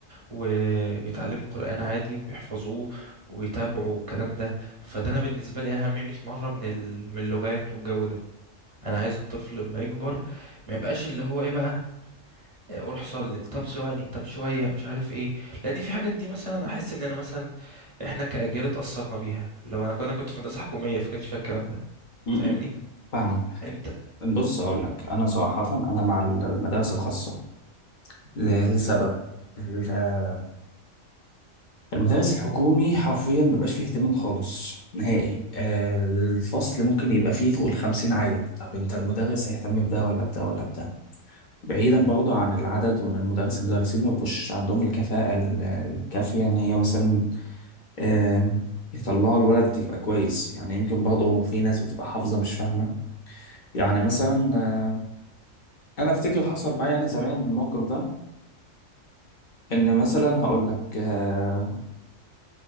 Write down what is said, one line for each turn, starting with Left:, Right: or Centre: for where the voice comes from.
Right: وبيتعلموا قرآن عادي وبيحفظوه وبيتابعوا الكلام ده فده انا بالنسبة لي اهم 100 مرة من ال... من اللغات والجو ده انا عايز الطفل لما يكبر ما يبقاش اللي هو ايه بقى آه، روح صلي طب ثواني طب شويه مش عارف ايه لان في حاجات دي مثلا احس ان انا مثلا احنا كاجيال اتاثرنا بيها لو انا انا كنت في مدرسه حكوميه فكانش فيها الكلام ده
Left: مم.
Right: فاهمني
Left: فاهمك
Right: انت
Left: بص اقول لك انا صراحه انا مع المدارس الخاصه ل- لسبب ال- المدارس الحكومي حرفيا مبقاش فيه اهتمام خالص نهائي آه، الفصل ممكن يبقى فيه فوق الخمسين عيل طب انت المدرس هيهتم بده ولا بده ولا بده بعيدا برضه عن العدد وان المدرس المدرسين مبقوش عندهم الكفاءه ال- الكافيه ان هي مثلا آم، يطلعوا الولد يبقى كويس يعني يمكن برضه في ناس بتبقى حافظة مش فاهمة يعني مثلا آه، أنا أفتكر حصل معايا أنا زمان الموقف ده إن مثلا هقول لك آه،